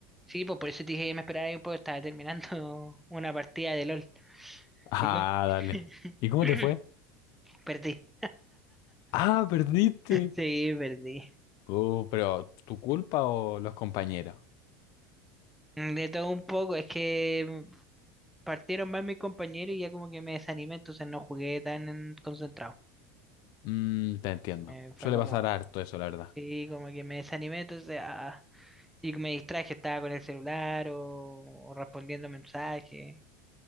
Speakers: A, in the centre; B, on the left.
A: Sí, pues por eso te dije que me esperaba ahí un poco, estaba terminando <laughs> una partida de LOL.
B: Ah,
A: ¿Y tú?
B: dale.
A: <coughs>
B: ¿Y cómo
A: <clears throat>
B: te fue?
A: Perdí.
B: Ah, perdiste.
A: Sí, perdí.
B: Oh, pero ¿tu culpa o los compañeros?
A: De todo un poco, es que partieron mal mis compañeros y ya como que me desanimé, entonces no jugué tan concentrado.
B: Mm, te entiendo.
A: Eh, fue
B: Suele
A: como,
B: pasar harto eso, la verdad.
A: sí, como que me desanimé, entonces, ah, y me distraje, estaba con el celular o, o respondiendo mensajes.